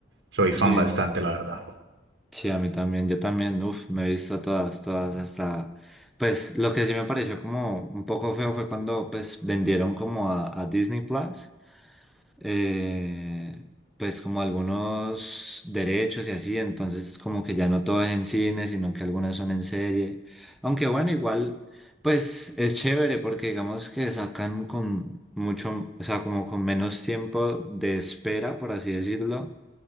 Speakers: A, on the right; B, in the centre.
A: Soy fan
B: Sí,
A: bastante, la verdad.
B: Sí, a mí también, yo también, uf, me he visto todas, todas hasta, pues lo que sí me pareció como un poco feo fue cuando pues vendieron como a, a Disney Plus eh, pues como algunos derechos y así, entonces como que ya no todo es en cine, sino que algunas son en serie. Aunque bueno, igual, pues es chévere porque digamos que sacan con mucho, o sea, como con menos tiempo de espera, por así decirlo